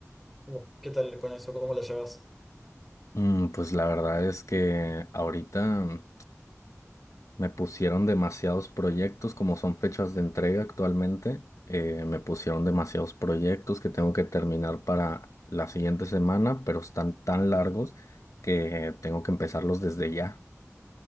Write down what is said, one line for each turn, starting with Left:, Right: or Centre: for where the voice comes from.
Centre: Uh, ¿qué tal con eso? ¿Cómo la llevas?
Left: Mm, pues la verdad es que ahorita Me pusieron demasiados proyectos, como son fechas de entrega actualmente, eh, me pusieron demasiados proyectos que tengo que terminar para la siguiente semana, pero están tan largos que tengo que empezarlos desde ya.